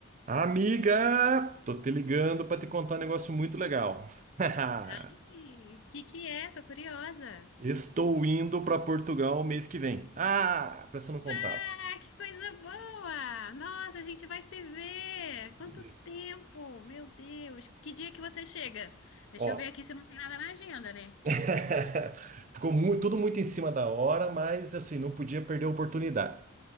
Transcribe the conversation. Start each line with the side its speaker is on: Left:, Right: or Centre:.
Right: Amiga, tô te ligando para te contar um negócio muito legal. <laughs>
Left: Ai, que que é? Tô curiosa.
Right: Estou indo para Portugal mês que vem. Ah, pra você não contava.
Left: Bah, que coisa boa! Nossa, a gente vai se ver! Quanto
Right: Isso.
Left: tempo! Meu Deus! Que dia que você chega? Deixa
Right: Ó,
Left: eu ver aqui se não tem nada na agenda, né?
Right: <laughs> ficou mu- tudo muito em cima da hora, mas assim, não podia perder a oportunidade. O